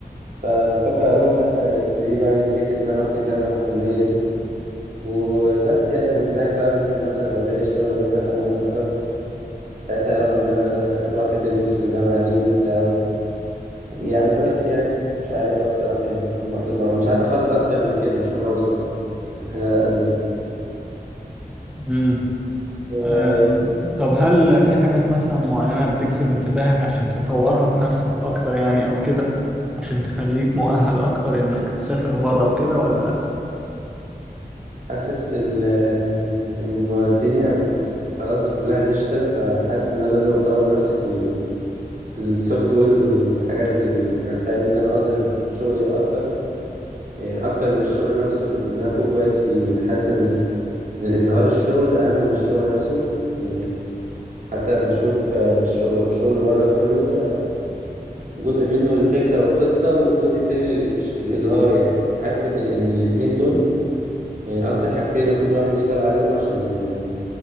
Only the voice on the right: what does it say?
فبفكر اروح حتى السي في بقى يتكتب ان انا رحت الجامعه الفلانيه دي وبس يعني ومن هناك بقى ممكن مثلا لو جالي شغل مثلا أول ما أتخرج ساعتها يعرفوا إن أنا رحت تريننج في الجامعة دي وبتاع يعني بس يعني مش عارف بقى بصراحة يعني ما أقدر- ما- مش عارف أخطط أكتر من كده مش عارف أوصل لحاجة أزيد
أه،
حاسس ال إن الدنيا خلاص كلها ديجيتال فحاسس إن أنا لازم أطور نفسي في ال في السوفت ويرز والحاجات اللي هتساعدني إن أنا أظهر شغلي أكتر يعني أكتر من الشغل نفسه إن أنا أكون كويس فيه يعني حاسس إن إن الإظهار الشغل أهم من الشغل نفسه يعني حتى لما أشوف آه، الشغل الشغل بره كله بيبقى جزء منه الفكرة والقصة والجزء التاني ال- الش- الإظهار يعني أحس إن إن الاتنين دول يعني أكتر حاجتين المفروض الواحد يشتغل عليهم عشان ي-